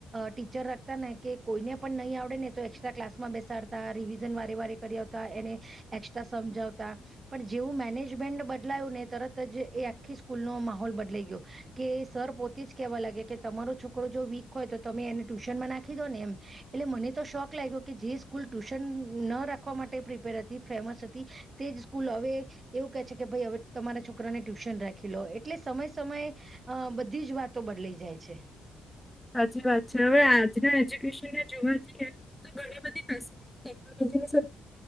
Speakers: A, on the right; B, in the centre.
A: ટીચર રાખતા ને કે કોઈને પણ નહીં આવડે ને તો એક્સ્ટ્રા ક્લાસમાં બેસાડ તા રિવિઝન વારે વારે કરી આવતા એને એક્સ્ટ્રા સમજાવતા પણ જેવું મેનેજમેન્ટ બદ ને તરત જ એ આખી સ્કૂલ નો માહોલ બદલાઈ ગયો કે સર પોતે જ કેવા લાગે કે તમારું છોકરો વીક હોય તો તમે એને ટ્યુશન માં નાખી દો ને એમ એટલે મને તો શોખ લાગ્યો કે જે સ્કૂલ ટ્યુશન ન રાખવા માટે પ્રિપેર હતી ફેમસ હતી તે જ સ્કૂલ હવે એવું કેહે છે કે ભાઈ હવે તમારા છોકરાને ટ્યુશન રાખી લો એટલે સમયે સમયે અ બધી જ વાતો બદલાઈ જાય છે.
B: <inaudible> સાચી વાત છે હવે આજના એજ્યુકેશનને જોવા જઈએ તો ઘણી બધી ફેસટી ટે